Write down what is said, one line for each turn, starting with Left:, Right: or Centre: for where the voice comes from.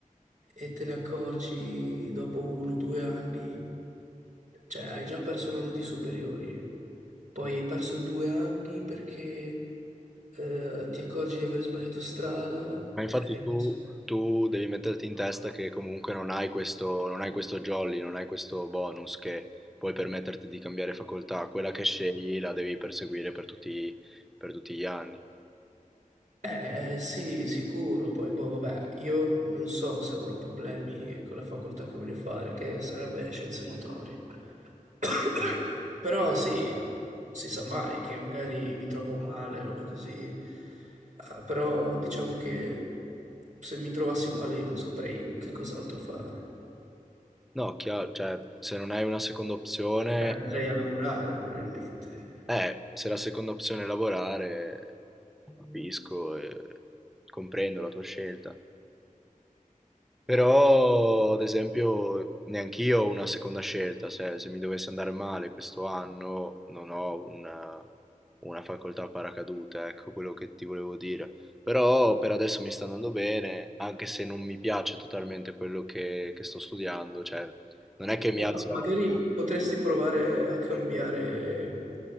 Right: e te ne accorgi dopo uno o due anni, cioè hai già perso un anno di superiori, poi hai perso due anni perché eh, ti accorgi di aver sbagliato strada,
Centre: Ma infatti
Right: eh, hai
Centre: tu,
Right: perso
Centre: tu devi metterti in testa che comunque non hai questo, non hai questo jolly, non hai questo bonus che puoi permetterti di cambiare facoltà. Quella che scegli la devi perseguire per tutti, per tutti gli anni.
Right: Eh sì, sicuro, poi boh, vabbè, io non so se avrò problemi con la facoltà che voglio fare, che sarebbe scienze motorie. <coughs>
Centre: No,
Right: Però sì, si sa mai che magari mi trovo male, robe così. Ah, però diciamo che se mi trovassi male io non saprei che cos'altro fare.
Centre: No, chiaro, cioè, se non hai una seconda opzione,
Right: Cioè, andrei
Centre: eh,
Right: a lavorare probabilmente.
Centre: eh, se la seconda opzione è lavorare, capisco e comprendo la tua scelta. Però, ad esempio, neanch'io ho una seconda scelta, se, se mi dovesse andare male questo anno non ho una, una facoltà a paracadute, ecco quello che ti volevo dire. Però per adesso mi sta andando bene, anche se non mi piace totalmente quello che, che sto studiando, cioè non è che mi
Right: O
Centre: alzo
Right: ma- magari
Centre: la mattina.
Right: potresti provare a cambiare